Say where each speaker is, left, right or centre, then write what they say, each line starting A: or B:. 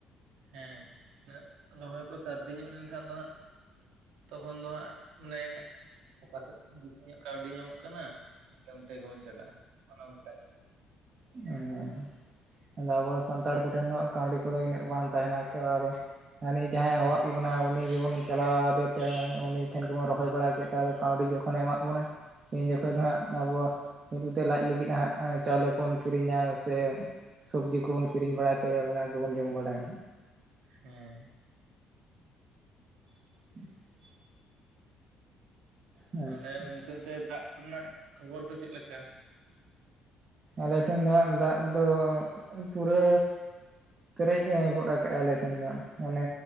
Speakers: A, on the right; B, on the right.
A: ᱦᱮᱸ ᱨᱚᱦᱚᱭ ᱠᱚ ᱥᱟᱹᱨᱫᱤ ᱧᱚᱜ ᱞᱮᱱᱠᱷᱟᱱ ᱫᱚ ᱦᱟᱸᱜ ᱛᱚᱠᱷᱚᱱ ᱫᱚ ᱦᱟᱜ ᱢᱟᱱᱮ ᱚᱠᱟᱥᱮᱫ ᱵᱮᱥᱤ ᱧᱚᱜ ᱠᱟᱹᱣᱰᱤ ᱧᱟᱢᱚᱜ ᱠᱟᱱᱟ ᱚᱱᱛᱮ ᱜᱮᱵᱚᱱ ᱪᱟᱞᱟᱜ-ᱟ ᱚᱱᱮ ᱚᱱᱠᱟ ᱧᱚᱜ
B: ᱦᱮ ᱟᱵᱚ ᱥᱟᱱᱛᱟᱲ ᱠᱚᱴᱷᱮᱱ ᱫᱚ ᱠᱟᱹᱣᱰᱤ ᱠᱚᱫᱚ ᱩᱱᱟᱹᱜ ᱵᱟᱝ ᱛᱟᱦᱮᱱᱟ ᱛᱚ ᱦᱟᱹᱱᱤ ᱡᱟᱦᱟᱭ ᱦᱚᱣᱟᱜ
A: ᱦᱮᱸ
B: ᱩᱱᱤ ᱜᱮᱵᱚᱱ ᱪᱟᱞᱟᱣ ᱟᱫᱮ ᱛᱮ ᱩᱱᱤ ᱴᱷᱮᱱ ᱜᱮᱵᱚᱱ ᱨᱚᱦᱚᱭ ᱵᱟᱲᱟ ᱠᱮᱫ ᱛᱮ ᱟᱫᱚ ᱠᱟᱹᱣᱰᱤ ᱡᱚᱠᱷᱚᱱ ᱮᱢᱟᱜ ᱵᱚᱱᱟ ᱤᱧ ᱡᱚᱠᱷᱚᱱ ᱫᱚ ᱦᱟᱜ ᱟᱵᱚ <unintelligible> ᱛᱮ ᱞᱟᱡ ᱞᱟᱹᱜᱤᱫ ᱦᱟᱜ ᱪᱟᱣᱞᱮ ᱵᱚᱱ ᱠᱤᱨᱤᱧᱟ ᱥᱮ ᱥᱚᱵᱽᱡᱤ ᱠᱚᱵᱚᱱ ᱠᱤᱨᱤᱧ ᱵᱟᱲᱟᱭ ᱛᱮ ᱚᱱᱟ ᱠᱚᱵᱚᱱ ᱡᱚᱢ ᱵᱟᱲᱟᱭᱟ
A: ᱦᱮᱸ
B: <inaudible> ᱟᱪᱪᱷᱟ
A: ᱛᱟᱦᱞᱮ ᱜᱚᱝᱠᱮ ᱚᱱᱛᱮ ᱫᱟᱜ ᱠᱚᱨᱮᱱᱟᱜ ᱠᱷᱚᱵᱚᱨ ᱫᱚ ᱪᱮᱫ ᱞᱮᱠᱟ
B: ᱟᱞᱮᱥᱮᱱ ᱫᱚ ᱫᱟᱜ ᱫᱚ ᱯᱩᱨᱟᱹ ᱯᱮᱨᱮᱡ ᱮ ᱜᱚᱫ ᱠᱟᱜᱼᱟ ᱟᱞᱮ ᱥᱮᱱ ᱫᱚ ᱾ ᱢᱟᱱᱮ